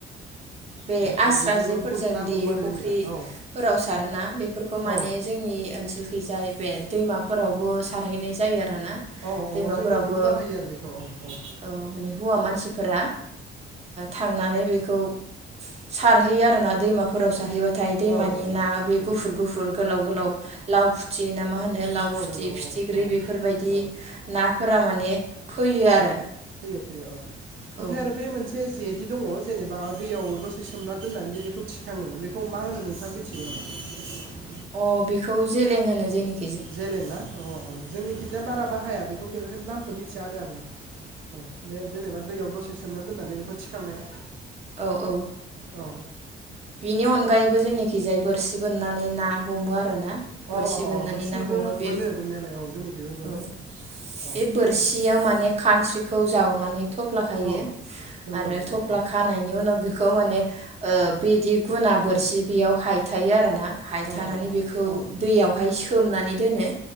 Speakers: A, on the right (about 30°); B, on the right (about 75°).
A: बे
B: बेनिफ्राय
A: आस्रा
B: बेजोंबो
A: जेफोरजों
B: बुहुद ना
A: दि
B: हमो आरो
A: फुख्रिफोराव
B: जोंनिया औ
A: सारोना बेफोरखौ माने
B: औ
A: जोंनि ओनसोलखैजाय बे दैमाफोरावबो सारहैनाय जायो आरो। दाना
B: औ औ
A: दैमाफोरावबो
B: जोंनिखैबो बाहायो आरो बेखौ औ औ
A: ओ माने हौवा मानसिफोरा थांनानै बेखौ सारहैयो आरोना दैमाफोराव सारहैबा थाय दैमानि
B: औ औ औ
A: ना बे
B: औ
A: गुफुर गुफुर गोलाव गोलाव लाव फुथि ना मा होनो लाव
B: नंगौ
A: फुथि
B: नंगौ औ
A: फिथिख्रि
B: औ
A: बेफोरबायदि
B: औ
A: ना फोरा माने फैयो आरो
B: फैयो फैयो औ
A: औ
B: ओमफ्राय आरो बे मोनसे जेदि दङ जेनेबा दैयाव दसे सोमना दोननानै जे बेखौ थिखाङो बेखौ मा होनो नोंथाङा मिथिगौ नामा?
A: अ बेखौ जेलें होनो जोंनिखै।
B: जेलेंना अ अ जोंनिथिंजाय बारा बाहाया बेखौ जेलेंना नामखौ मिथिया आरो आङो औ बे जेनेबा दैयाव दसे सोमना दोननानै बेखौ थिखांनाया
A: औ औ
B: औ
A: बिनि अनगायैबो जोंनिखिजाय बोरसि बोनना नै ना हमो आरो। ना
B: औ
A: बोरसि
B: अ अ
A: बोननानै
B: अ बोरसिबो
A: ना हमो बे
B: बोनो बोननायालाय औ जोंनिखैबो बोनो
A: औ
B: औ
A: बे बोरसियाव माने खानस्रिखौ जावनानै थफ्ला खायो
B: औ नंगौ
A: आरो
B: नंगौ
A: थफ्ला
B: औ
A: बिनि उनाव बिखौ माने ओ
B: औ
A: बिदि गुना बोरसि बेयाव हाय थायो आरो ना। हायथानानै
B: औ
A: बेखौ
B: औ
A: दैयावहाय सोमनानै दोनो